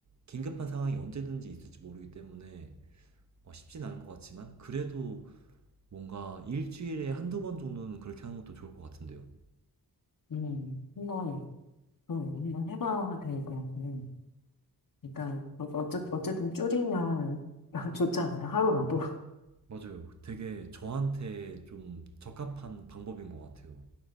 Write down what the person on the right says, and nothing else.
긴급한 상황이 언제든지 있을지 모르기 때문에 어, 쉽진 않을 것 같지만 그래도 뭔가 일주일에 한두 번 정도는 그렇게 하는 것도 좋을 것 같은데요.
맞아요. 되게 저한테 좀 적합한 방법인 것 같아요.